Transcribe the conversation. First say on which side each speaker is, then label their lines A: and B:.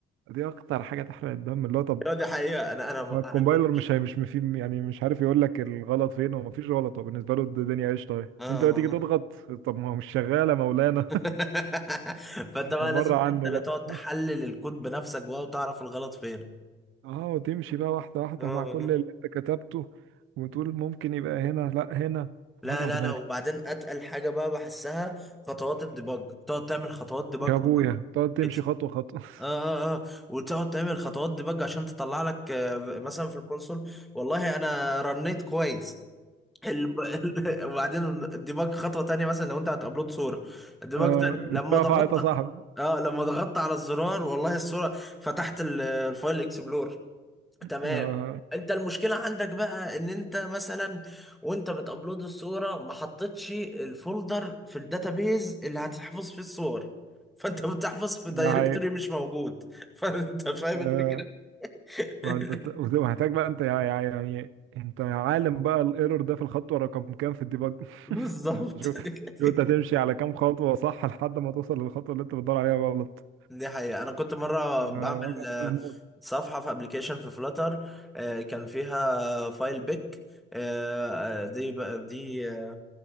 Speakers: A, on the right; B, in the centre.
A: دي اكتر حاجة تحرق الدم اللي هو طب
B: آه، دي حقيقه انا انا
A: آه، الكومبايلر
B: انا كنت
A: مش هي مش مفي يعني مش عارف يقول لك الغلط فين هو مفيش غلط هو بالنسبه له الدنيا قشطه اهي
B: اه
A: انت بقى تيجي تضغط طب ما هو مش شغاله مولانا
B: <laughs> فانت
A: <laughs>
B: بقى لازم
A: بره عنه
B: انت اللي
A: بقى
B: تقعد تحلل
A: <laughs>
B: الكود بنفسك بقى وتعرف الغلط فين
A: اه وتمشي بقى واحده واحده
B: اه
A: مع كل
B: اه
A: اللي انت كتبته وتقول ممكن يبقى هنا لا هنا
B: لا
A: وحاجه على
B: لا
A: دماغي
B: لا وبعدين اتقل حاجه بقى بحسها خطوات الديباج تقعد تعمل خطوات ديباج
A: يا ابويا
B: ديباج
A: تقعد تمشي
B: كده
A: خطوه خطوه <laughs>
B: اه اه اه وتقعد تعمل خطوات ديباج عشان تطلع لك آه، مثلا في الكونسول والله انا رنيت كويس الب... <laughs> ال- وبعدين الديباج خطوه تانية مثلا لو انت هتابلود صوره الديباج
A: اه
B: تاني لما
A: اترفعت
B: ضغطت
A: يا صاحبي
B: اه لما ضغطت على الزرار والله الصوره فتحت ال- الفايل اكسبلور تمام
A: ده
B: انت المشكلة عندك بقى ان انت مثلا وانت بتابلود الصورة ما حطيتش الفولدر في الداتابيز اللي هتحفظ فيه الصور فانت بتحفظ في دايركتوري
A: ده حقيقي
B: مش موجود <laughs> فانت فاهم
A: آه،
B: الفكرة <laughs>
A: ما انت بت- وهتحتاج بقى انت يعني يعني انت عالم بقى الايرور ده في الخطوه رقم كام في الديباج
B: بالظبط
A: انت شوف
B: <laughs>
A: شوف انت هتمشي على كام خطوة صح لحد ما توصل للخطوة اللي انت بتدور عليها غلط
B: دي حقيقة أنا كنت مرة بعمل
A: آه، وجع دماغ
B: آه،
A: موت
B: صفحة في ابلكيشن في فلاتر كان فيها فايل بيك آه، آه، دي بقى دي آه،